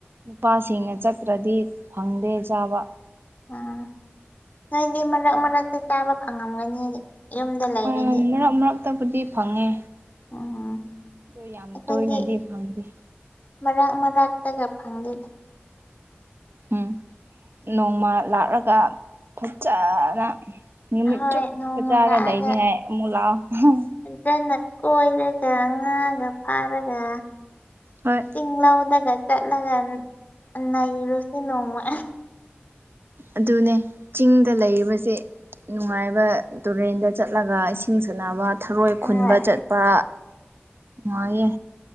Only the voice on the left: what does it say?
ꯑꯥ ꯅꯣꯏꯗꯤ ꯃꯔꯛ ꯃꯔꯛꯇ ꯆꯥꯕ ꯐꯪꯉꯝꯒꯅꯤ ꯌꯨꯝꯗ ꯂꯩꯔꯗꯤ
ꯎꯝ
ꯑꯩꯈꯣꯏꯗꯤ
ꯃꯔꯛ ꯃꯔꯛꯇꯒ ꯐꯪꯗꯦꯗ
ꯍꯣꯏ
ꯅꯣꯡꯃ
ꯂꯥꯛꯑꯒ
ꯐꯖꯅ ꯀꯣꯏꯔꯒ ꯉꯥꯒ ꯐꯥꯔꯒ
ꯏꯪꯂꯧꯗꯒ ꯆꯠꯂꯒ ꯅꯩꯔꯨꯁꯤ ꯅꯣꯡꯃ
ꯍꯣꯏ